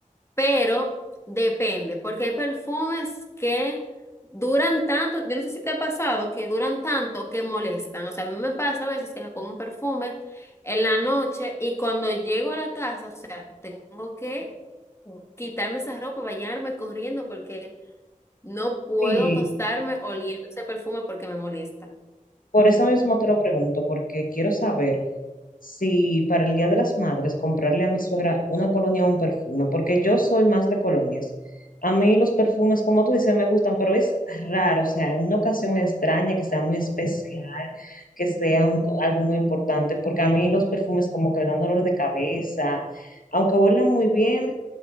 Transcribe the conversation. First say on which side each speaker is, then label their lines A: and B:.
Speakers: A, on the left (about 20°); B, on the left (about 85°).
A: pero depende, porque hay perfumes que duran tanto, yo no sé si te ha pasado, que duran tanto que molestan. O sea, a mí me pasa a veces que me pongo un perfume en la noche y cuando llego a la casa, o sea, tengo que quitarme esa ropa, bañarme corriendo porque no puedo
B: Sí,
A: tostarme oliendo ese perfume porque me molesta.
B: por eso mismo te lo pregunto, porque quiero saber si para el Día de las Madres comprarle a mi suegra una colonia o un perfume, porque yo soy más de colonias. A mí los perfumes, como tú dices, me gustan, pero es raro, o sea, en una ocasión extraña, que sea muy especial, que sea un- algo muy importante, porque a mí los perfumes como que me dan dolor de cabeza, aunque huelan muy bien,